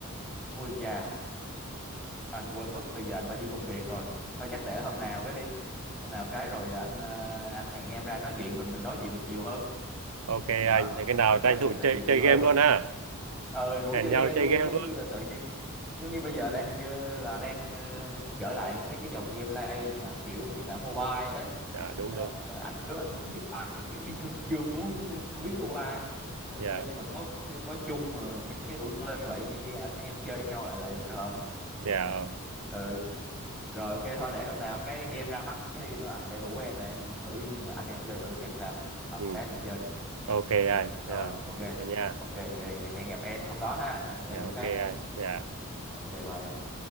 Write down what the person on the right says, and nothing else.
Ok anh,
thế cái nào
tranh thủ
chơi
chơi
game
luôn ha.
Hẹn
nhau
chơi
game
luôn.
à, đúng
đúng
dạ
dạ
ừ
ok anh
dạ
thế nha
dạ
ok
anh dạ